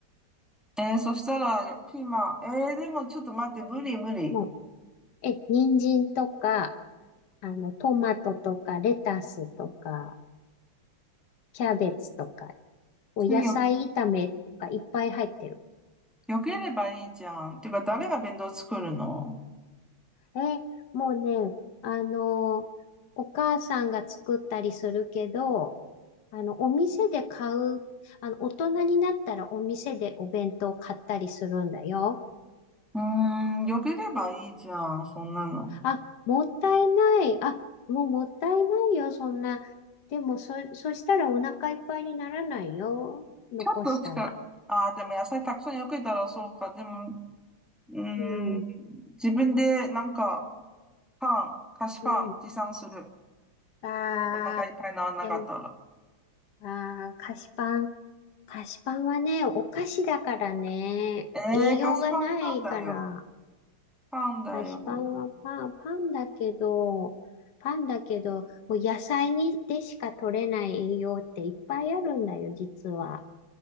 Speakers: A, in the centre; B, on the left.
A: えー、そしたら、ピーマン。えー、でもちょっと待って、無理無理。
B: もう、え、人参とか、あの、トマトとか、レタスとか、キャベツとか、お野菜炒めとかいっぱい入ってる。
A: よ、よければいいじゃん。てか、誰が弁当作るの
B: え、もうね、あの、お母さんが作ったりするけど、あの、お店で買う、あの、大人になったらお店でお弁当買ったりするんだよ。
A: うーん、よければいいじゃん、そんなの。
B: あ、もったいない。あ、もうもったいないよ、そんな。でも、そ、そしたらお腹いっぱいにならないよ。残したら。
A: ちょっとしか、ああ、でも野菜たくさんよけたらそうか。でも、うーん、
B: うん、
A: 自分でなんか、パン、菓子パン持参する。
B: うん。あー、
A: お腹いっぱいにならなかったら。
B: でも、あー、菓子パン。菓子パンはね、お菓子だからね、
A: ええー、
B: 栄養がないから、
A: 菓子パンパンだよ。パンだよ。
B: 菓子パンはパン、パンだけど、パンだけど、もう野菜にでしか取れない栄養っていっぱいあるんだよ、実は。